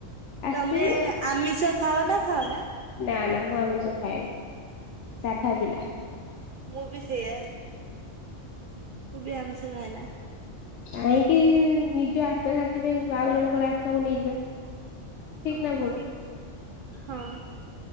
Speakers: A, on the right (about 60°); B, on the left (about 70°).
A: ତମେ
B: ଆସିବେ
A: ଆମିଷ ଖାଅ ନା ଖାଅ ନା?
B: ନା ନା ମୁଁ ଆମିଷ ଖାଏନି ସାଧାପିଲା।
A: ଓହୋ। ମୁଁ ବି ସେଇଆ ମୁଁ ବି ଆମିଷ ଖାଏନା।
B: କାହିଁକି ନିଜ ଆତ୍ମା ଶାନ୍ତି ପାଇଁ ଆଉ ଜଣଙ୍କର ଆତ୍ମାକୁ ନେଇଯିବା। ଠିକ
A: ଓହୋ
B: ନା ଭୁଲ?
A: ହଁ।